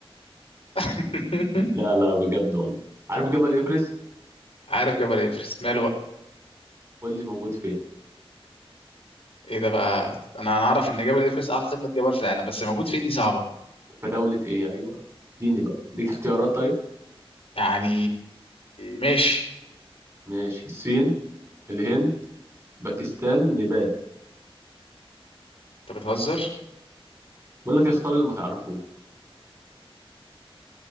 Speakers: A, on the left; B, on the right.
A: <laughs>
B: لا لا بجد والله عارف جبل ايفرست
A: عارف جبل ايفرست ماله بقى
B: قول لي موجود فين
A: ايه ده بقى انا انا اعرف ان جبل ايفرست اعلى قمه جبل في العالم بس موجود فين دي صعبه
B: في دولة ايه ايوه اديني بقى اديك اختيارات طيب
A: يعني ماشي
B: ماشي الصين الهند باكستان نيبال
A: انت بتهزر
B: بقول لك اختار اللي ما تعرفوه